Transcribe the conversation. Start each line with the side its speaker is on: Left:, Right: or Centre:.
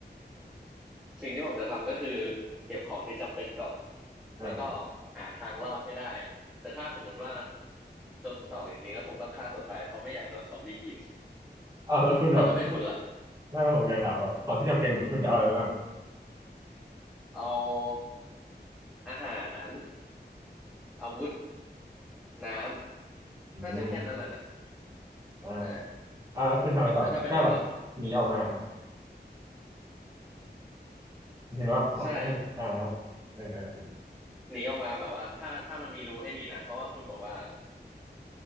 Centre: สิ่งที่ผมจะทำก็คือเก็บของที่จำเป็นก่อน
Right: อ่า
Centre: แล้วก็หาทางรอดให้ได้แต่ถ้าสมมติว่าจนตรอกจริงๆก็คงต้องฆ่าตัวตายเพราะไม่อยากโดนซอมบี้กิน
Right: เอาแล้วคุณแบบสิ
Centre: แล้วถ้าเป็นคุณล่ะ
Right: ไม่ว่าผมอยากถามว่าของที่จำเป็นแบบคุณจะเอาอะไรบ้าง
Centre: เอาอาหารอาวุธน้ำน่าจะแค่นั้นแหละนะ
Right: อืมอ่า
Centre: ใช่
Right: อ่าแล้วคุณทำอะไรต่อครับก็แบบหนีออกมา
Centre: แล้วถ้าเป็นคุณล่ะ
Right: เห็นว่าของอ่า
Centre: ใช่
Right: เออเออ
Centre: หนีออกมาแบบว่าถ้าถ้ามันมีรูให้หนีนะเพราะว่าคุณบอกว่า